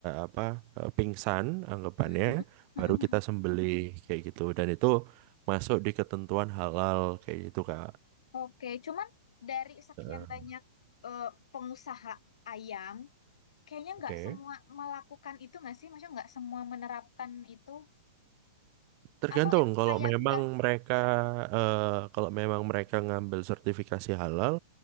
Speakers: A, on the right; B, on the left.
A: apa eh, pingsan anggapannya,
B: Mm-mm. Mm-mm.
A: baru kita sembelih kayak gitu. Dan itu masuk di ketentuan halal kayak gitu, Kak.
B: Oke, cuman dari sekian
A: Heeh.
B: banyak eh, pengusaha ayam, kayaknya
A: Oke.
B: nggak semua melakukan itu nggak sih? Maksudnya nggak semua menerapkan itu?
A: Tergantung
B: Atau emang
A: kalau
B: kayak
A: memang
B: udah,
A: mereka eh, kalau memang mereka ngambil sertifikasi halal,